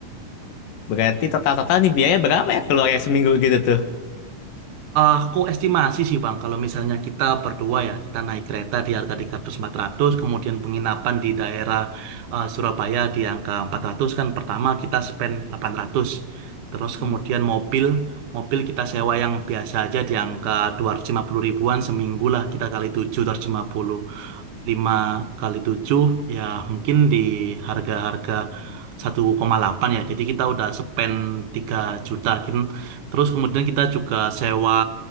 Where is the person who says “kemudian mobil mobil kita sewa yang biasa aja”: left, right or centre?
Right